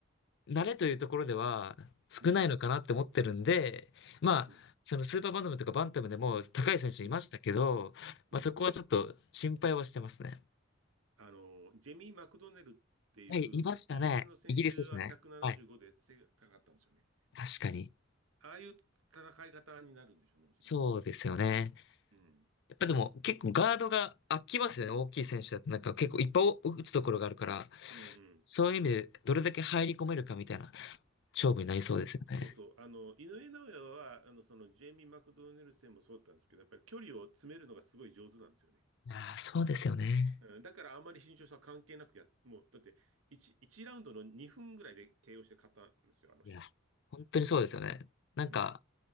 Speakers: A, on the left; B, on the right.
A: 慣れというところでは少ないのかなって思ってるんで、
B: うん、
A: まあ、
B: うん、
A: そのスーパーバンタムとかバンタムでも高い選手いましたけど、
B: うん、うん。
A: まあそこはちょっと心配はしてますね。
B: あの、ジェミー・マクドネルっていう、
A: はい、いましたね。
B: イギリスの先週は175で背が高かったんですよね。
A: イギリスですね。はい。確かに。
B: ああいう戦い方になるんでしょうね、おそらくね。
A: そうですよね。
B: うん、
A: やっぱでも結構ガードが空きますよね。大きい選手だとなんか結構いっぱい打つところがあるから、
B: うん、うん。
A: そういう意味でどれだけ入り込めるかみたいな勝負になりそうですよね。
B: そ、そうそう。あの、井上尚弥は、あの、その、ジェイミー・マクドネル戦もそうだったんですけど、やっぱり距離を詰めるのがすごい上手なんですよね。
A: いやー、そうですよね。
B: うん、だからあんまり身長差関係なくや、もう、だって1、1ラウンドの2分ぐらいで KO して勝ったんですよ、あの試合。
A: いや、本当にそうですよね。なんか、
B: うん、